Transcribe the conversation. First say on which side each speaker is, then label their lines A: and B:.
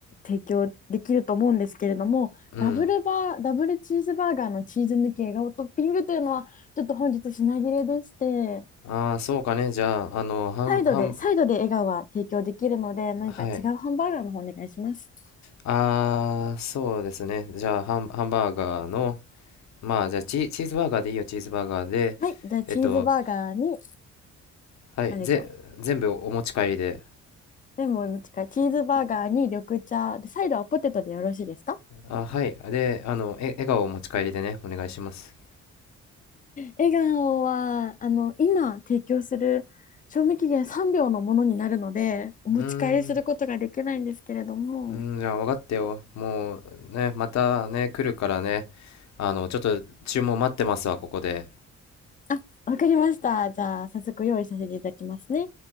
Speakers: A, on the left; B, on the left.
A: 提供できると思うんですけれども、
B: うん。
A: ダブルバー、ダブルチーズバーガーのチーズ抜き笑顔トッピングというのは、ちょっと本日品切れでして、
B: ああ、そうかね。じゃあ、あの、ハン、
A: サイドで、
B: ハン、
A: サイドで笑顔は提供できるので、何か違うハンバーガーの方お願いします。
B: はい。ああ、そうですね。じゃあ、ハン、ハンバーガーの、まあじゃあチ、チーズバーガーでいいよ、チーズバーガーで。
A: はい。じゃあ、チーズバーガーに、
B: えっと、はい、
A: 何でしょう
B: ぜ、全部お持ち帰りで。
A: レモンの近い。チーズバーガーに緑茶。で、サイドはポテトでよろしいですか
B: あ、はい。で、あの、え、笑顔をお持ち帰りでね、お願いします。
A: 笑顔は、あの、今提供する賞味期限3秒のものになるので、お持ち帰りすることができないんですけれども。
B: うーん、うーん、じゃあ分かったよ。もうね、またね、来るからね、あの、ちょっと注文待ってますわ、ここで。
A: あ、わかりました。じゃあ、早速用意させていただきますね。